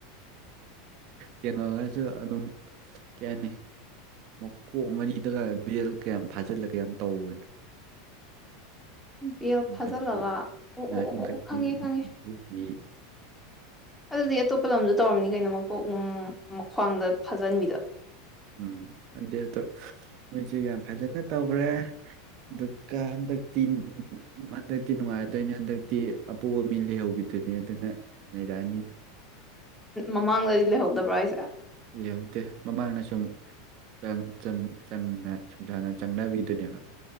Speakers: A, on the right; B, in the centre.
A: ꯀꯩꯅꯣꯉꯥꯏꯁꯨ ꯑꯗꯨꯝ ꯀꯩ ꯍꯥꯏꯅꯤ ꯃꯀꯣꯛ ꯃꯔꯤꯗꯒ ꯕꯦꯜ ꯀꯌꯥꯝ ꯐꯥꯖꯤꯜꯂꯒ ꯌꯥꯝ ꯇꯧꯕꯅꯤ
B: ꯕꯦꯜ
A: ꯏꯟꯈꯠꯄꯤ
B: ꯐꯥꯖꯜꯂꯒ ꯑꯣ ꯑꯣ
A: ꯑ
B: ꯑꯣ
A: ꯏꯟꯈꯠꯄꯤ
B: ꯑꯣ ꯑꯣ ꯈꯪꯉꯦ ꯈꯪꯉꯦ
A: ꯏꯟꯈꯠꯄꯤ
B: ꯑꯗꯨꯗꯤ ꯑꯇꯣꯞꯄ ꯂꯝꯖꯨ ꯇꯧꯔꯝꯅꯤ ꯀꯩꯅꯣ ꯃꯀꯣꯛ ꯎꯝ ꯃꯈ꯭ꯋꯥꯡꯗ ꯐꯥꯖꯟꯕꯤꯗ
A: ꯎꯝ ꯈꯟꯗꯦ ꯑꯗꯣ ꯃꯣꯏꯁꯦ ꯌꯥꯝ ꯐꯖꯅ ꯇꯧꯈ꯭ꯔꯦ ꯑꯗꯨꯒ ꯍꯟꯗꯛꯇꯤ ꯍꯟꯗꯛꯇꯤ ꯅꯨꯡꯉꯥꯏꯗꯣꯏꯅꯤ ꯍꯟꯗꯛꯇꯤ ꯑꯄꫭꯕ ꯃꯤ ꯂꯩꯍꯧꯕꯤꯅꯤ ꯑꯗꯨꯅꯦ ꯑꯗꯨꯅ ꯅꫭꯔꯥꯑꯅꯤ
B: ꯃꯃꯥꯡꯗꯗꯤ ꯂꯩꯍꯧꯗꯕ꯭ꯔꯥ ꯍꯥꯏꯁꯦ
A: ꯂꯩꯍꯧꯗꯦ ꯃꯃꯥꯡꯅ ꯁꯨꯝ ꯆꯪ ꯆꯝ ꯆꯝꯅ ꯁꯨꯝ ꯁꯥꯅ ꯆꯪꯅꯕꯤꯗꯨꯅꯦꯕ